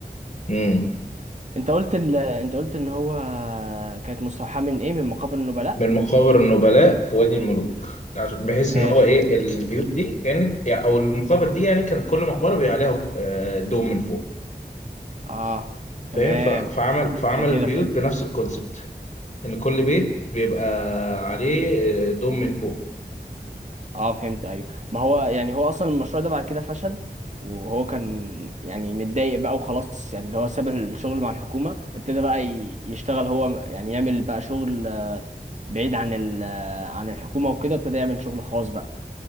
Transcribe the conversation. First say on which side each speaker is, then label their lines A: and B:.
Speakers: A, on the left; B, on the right.
A: مم.
B: انت قلت ال... انت قلت ان هو كانت مستوحاة من ايه من مقابر النبلاء
A: من مقابر النبلاء في وادي الملوك عشان- بحيث
B: ماشي
A: إن هو إيه البيوت دي كانت يعني أو المقابر دي يعني كان كل مقبرة بيبقى عليها آه، دوم من فوق
B: اه تمام
A: فاهم ف- فعمل فعمل
B: عشان كده
A: البيوت
B: فهمت
A: بنفس الكونسبت إن كل بيت بيبقى عليه آه، دوم من فوق
B: اه فهمت ايوه ما هو يعني هو اصلا المشروع ده بعد كده فشل وهو كان يعني متضايق بقى وخلاص يعني اللي هو ساب الشغل مع الحكومة ابتدى بقى ي- يشتغل هو يعني يعمل بقى شغل آه، بعيد عن ال آه، عن الحكومة وكده ابتدى يعمل شغل خاص بقى